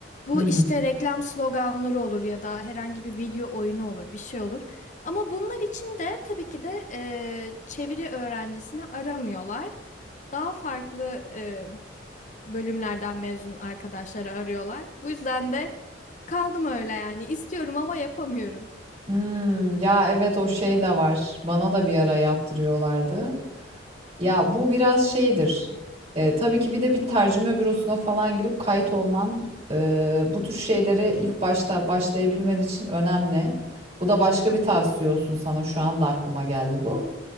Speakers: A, on the left (about 40°); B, on the right (about 35°).
A: Bu
B: Hı
A: işte
B: hı.
A: reklam sloganları olur ya da herhangi bir video oyunu olur, bir şey olur. Ama bunlar için de tabii ki de eee, çeviri öğrencisini aramıyorlar. Daha farklı eee, bölümlerden mezun arkadaşları arıyorlar. Bu yüzden de kaldım öyle yani. İstiyorum ama yapamıyorum.
B: Hmm, ya evet o şey de var. Bana da bir ara yaptırıyorlardı. Ya bu biraz şeydir. E, tabii ki bir de bir tercüme bürosuna falan girip kayıt olman e, bu tür şeylere ilk başta başlayabilmen için önemli. Bu da başka bir tavsiye olsun sana. Şu anda aklıma geldi bu.